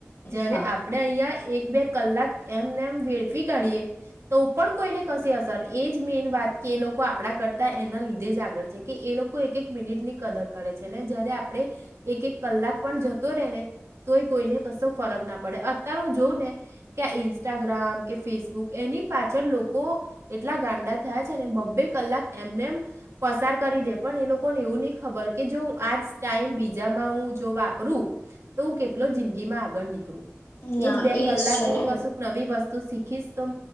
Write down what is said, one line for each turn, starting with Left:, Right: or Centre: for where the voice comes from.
Right: જયારે
Left: હા
Right: આપડે અહિયા એક બે કલાક એમને એમ વેડફી કાઢીએ તો પણ કોઈને કશે અસર એ જ મેન વાત કે એ લોકો આપણા કરતા એના લીધે જ આગળ છે કે એ લોકો એક એક મિનિટ ની કદર કરે છે ને જયારે આપણે એક એક કલાક પણ જતો રહેે ને તો એ કોઈને કશો ફરક ના પડે અત્યારે હું જોઉં ને કે આ ઇન્સ્ટાગ્રામ કે ફેસબુક એની પાછળ લોકો એટલા ગાંડા થયા છે ને બબ્બે કલાક એમને એમ પસાર કરી દે પણ એ લોકો લોકોને એવું નહી ખબર કે જો હું આજ ટાઈમ બીજામાં હું જો વાપરું તો હું કેટલો જિંદગીમાં આગળ નીકળું.
Left: ના
Right: એજ બે કલાક
Left: છે
Right: હું
Left: ને
Right: કશુંક નવી વસ્તુ તો શીખીશ તો